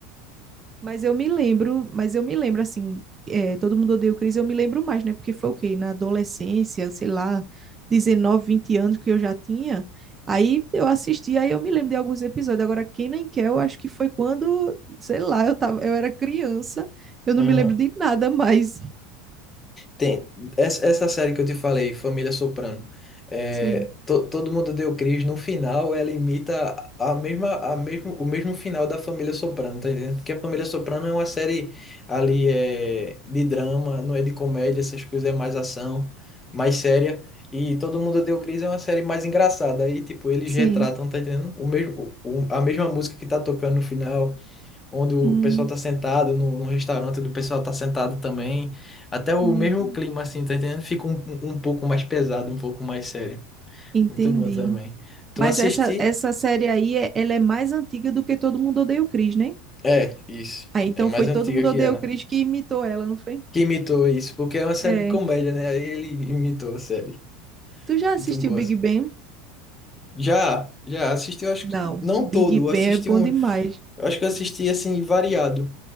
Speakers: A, on the right; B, on the left.
A: Mas eu me lembro, mas eu me lembro assim, é, todo mundo odeia o Chris, eu me lembro mais, né? Porque foi o quê? Na adolescência, sei lá, 19, 20 anos que eu já tinha. Aí eu assisti, aí eu me lembro de alguns episódios. Agora, quem nem quer, eu acho que foi quando, sei lá, eu tava, eu era criança, eu não
B: Aham.
A: me lembro de nada mais.
B: Tem. Essa, essa série que eu te falei, Família Soprano, é,
A: Sim,
B: to- todo mundo deu Cris, no final ela imita a mesma, a mesmo, o mesmo final da Família Soprano, tá entendendo? Porque a Família Soprano é uma série ali é, de drama, não é de comédia, essas coisas, é mais ação, mais séria. E Todo Mundo Deu Cris é uma série mais engraçada. Aí, tipo, eles
A: sim.
B: retratam, tá entendendo? O mesmo, o- a mesma música que tá tocando no final onde o
A: Hum,
B: pessoal tá sentado, no, num restaurante onde o pessoal tá sentado também. Até o
A: entendi.
B: mesmo clima, assim, tá entendendo? Fica um, um um pouco mais pesado, um pouco mais sério.
A: Entendi.
B: Muito bom também. Tu
A: Mas
B: assisti?
A: essa, essa série aí, é- ela é mais antiga do que Todo Mundo Odeia o Chris, né?
B: É, isso.
A: Aí então
B: É mais
A: foi
B: antiga
A: Todo Mundo
B: que
A: Odeia
B: ela.
A: o Chris que imitou ela, não foi?
B: Que imitou isso, porque é uma série
A: É.
B: de comédia, né? Aí ele imitou a série.
A: Tu já assistiu
B: Muito boa.
A: Big
B: assim.
A: Bang?
B: Já, já assisti, eu acho
A: Não,
B: que
A: Big
B: não todo,
A: Bang
B: eu assisti
A: é bom
B: Eu
A: demais.
B: acho que eu assisti assim variado